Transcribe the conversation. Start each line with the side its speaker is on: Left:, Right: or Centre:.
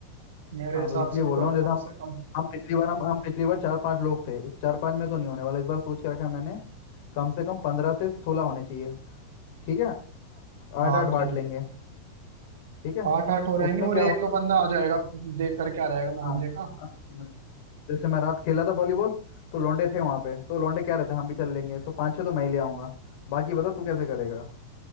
Right: मेरे
Left: हाँ
Right: हिसाब
Left: तो इसलिए
Right: से
Left: बोल
Right: तो
Left: रहा हूँ जैसे
Right: कम
Left: हम
Right: से कम
Left: हम पिछली बार हम हम पिछली बार चार पांच लोग थे इस चार पांच में तो नहीं होने वाला इस बार सोच के रखा है मैंने कम से कम पंद्रह से सोलह होने चाहिए ठीक है
Right: हाँ
Left: आठ आठ बांट
Right: ठीक
Left: लेंगे ठीक है
Right: आठ आठ हो रहेंगे
Left: उसमें
Right: और
Left: क्या
Right: एक
Left: होगा
Right: दो बंदा आ जाएगा देख कर क्या रहेगा मोहल्ले
Left: हाँ
Right: का
Left: हाँ, जैसे मैं रात खेला था वॉलीबॉल तो लौंडे थे वहां पे तो लौंडे क्या रहते हैं हम भी चल लेंगे तो पाँच छह तो मैं ही ले आऊंगा बाकी बता तू कैसे करेगा